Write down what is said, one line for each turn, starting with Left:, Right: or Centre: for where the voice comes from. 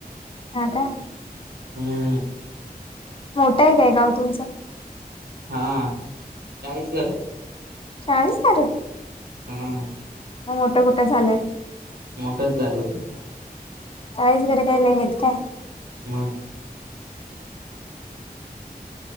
Left: हा का?
Right: हम्म.
Left: मोठं आहे काय गाव तुमचं?
Right: हा काळीस
Left: चाळीसारं
Right: हम्म.
Left: म मोठं कुठे झालंय?
Right: मोठंच झालं ते.
Left: चाळीस घरट्याने हेत काय?
Right: म